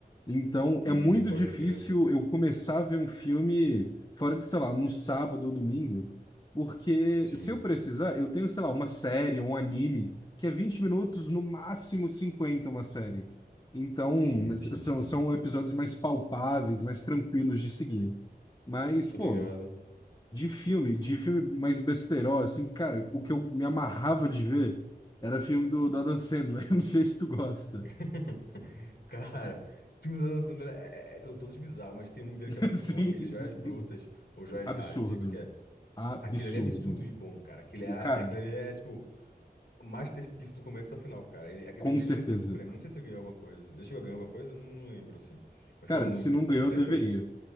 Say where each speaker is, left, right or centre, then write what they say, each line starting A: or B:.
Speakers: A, on the left (about 25°); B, on the left (about 70°).
A: Então,
B: Hum,
A: é muito
B: pode
A: difícil
B: crer.
A: eu começar a ver um filme fora de, sei lá, no sábado ou domingo, porque
B: Sim,
A: se eu precisar, eu tenho, sei lá, uma série, um anime, que é 20 minutos, no máximo 50 uma série. Então,
B: sim,
A: s-
B: sim,
A: são,
B: sim.
A: são episódios mais palpáveis, mais tranquilos de seguir. Mas,
B: Tô
A: pô.
B: ligado.
A: De filme, de filme mais besteirol, assim, cara, o que eu me amarrava de ver era filme do, do Adam Sandler. <laughs> Eu não sei se tu gosta.
B: <laughs> Cara, filmes da Adam Sandler é, é- é- são todos bizarros, mas tem um dele
A: <laughs>
B: que é muito
A: Assim,
B: bom, aquele Joias Brutas ou Joias
A: absurdo.
B: Raras, não sei qual que é.
A: Absurdo.
B: Aquele ali é absurdo de bom, cara. Aquele, é, a-
A: Cara,
B: aquele ali é, tipo, masterpiece do começo ao final, cara. Ele, aquele
A: com
B: ali
A: certeza.
B: merecia algum prêmio. Não sei se ele ganhou alguma coisa. Ele chegou a ganhar alguma coisa? Não lembro, assim. Mas
A: Cara,
B: foi muito
A: se não
B: bom.
A: ganhou,
B: É
A: deveria.
B: Joyce?